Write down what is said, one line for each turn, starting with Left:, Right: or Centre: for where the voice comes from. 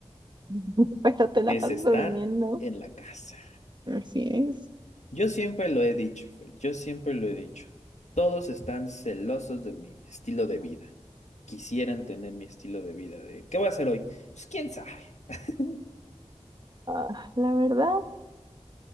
Right: <laughs> pero
Left: <laughs>
Right: te la
Left: que es
Right: pasas
Left: estar
Right: durmiendo.
Left: en la casa.
Right: Así es.
Left: Yo siempre lo he dicho, Fer, yo siempre lo he dicho. Todos están celosos de mi estilo de vida. Quisieran tener mi estilo de vida de, ¿qué voy a hacer hoy? Pues quién sabe. <laughs>
Right: Ah, la verdad,